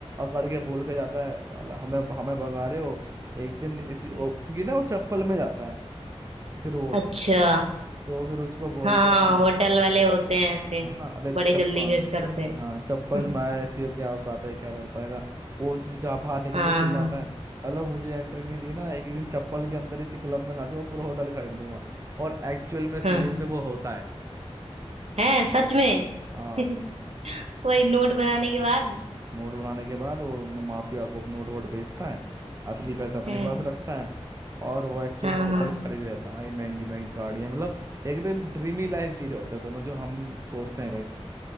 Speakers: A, on the right (about 30°); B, on the right (about 70°).
A: अकड़ के बोल के जाता है "वाला, हमें हमें भगा
B: हम्म
A: रहे हो एक दिन इसी ओ,
B: हम्म।
A: क्योंकि ना वो चप्पल में जाता है फिरोज
B: अच्छा
A: तो फिर उसको बोलता
B: हाँ
A: है हाँ,
B: होटल वाले होते हैं ऐसे
A: है ना अरे तू
B: बड़े
A: चप्पल
B: जल्दी जज करते हैं
A: हाँ चप्पल
B: <laughs>
A: में आया ऐसी हो क्या औकात है क्या भर पाएगा वो ज- जा बाहर निकल
B: हाँ
A: के चिल्लाता
B: हाँ
A: है हेलो मुझे एंट्री नहीं दी ना एक दिन चप्पल के अंदर इसी क्लब में नाचूंगा पूरा होटल खरीद लूंगा और एक्चुअल में सीरीज
B: हाँ
A: में वो होता है
B: है सच में
A: हाँ
B: <laughs> वही नोट बनाने के बाद
A: नोट बनाने के बाद वो म- माफिया को नोट वोट बेचता है असली पैसा अपने
B: है
A: पास रखता है और वो एक्चुअल
B: हाँ
A: में होटल
B: हाँ
A: खरीद लेता है भाई महंगी महंगी गाड़ियाँ मतलब एकदम ड्रीमी लाइफ जी रहे होते हैं दोनों जो हम सोचते हैं